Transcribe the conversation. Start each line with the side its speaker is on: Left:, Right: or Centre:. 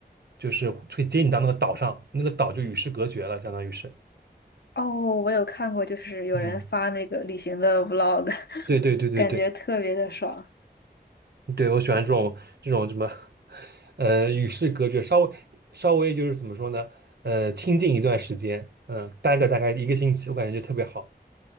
Right: 就是会接你到那个岛上，那个岛就与世隔绝了，相当于是。
Left: 哦，我有看过，就是有人发那个旅行的
Right: 嗯，
Left: vlog，
Right: 对对对对对，
Left: <laughs> 感觉特别的爽。
Right: 对，我喜欢这种这种什么，<laughs> 呃，与世隔绝，稍微稍微就是怎么说呢，呃，清静一段时间，嗯、待个大概一个星期，我感觉就特别好。